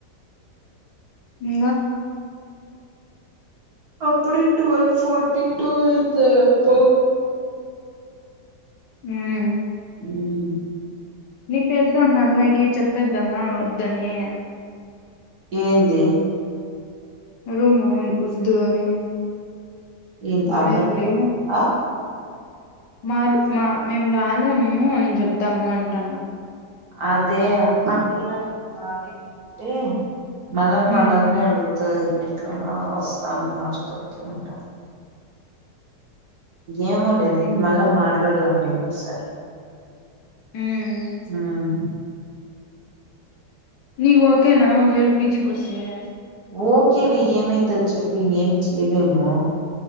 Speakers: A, on the left; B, on the right.
A: ఇంగ
B: అప్పుడె టువెల్ ఫర్టీ టు అయితది అప్ప
A: ఉమ్.
B: ఉమ్.
A: నీ పేరుతో ఉన్న అమ్మాయికి చెప్పేద్దామా వద్దని.
B: ఏంది.
A: రూమ్ వద్దు అని
B: ఏంది
A: లేదు
B: అర్ధం
A: లే.
B: ఆ
A: మా రు మా మేము రాలేము అని చెప్దాము అంటున్న.
B: అదే ఆ పిల్లకు లారీంగ్ అంటే. మళ్ళ మనల్నే
A: ఉమ్
B: అడుగుతది ఎట్లైనా వస్. కానీ హాస్టల్ కి అంట. ఏమో లేదు
A: ఉమ్
B: మళ్ళా మాట్లాడదంలె ఒకసారి.
A: ఉమ్
B: ఉమ్.
A: నీకు ఓకేనా ఒకవేళ పిజికోసేన్.
B: ఓకేలె ఏమైతది చెప్పు ఇంగ ఏం చేయలేము.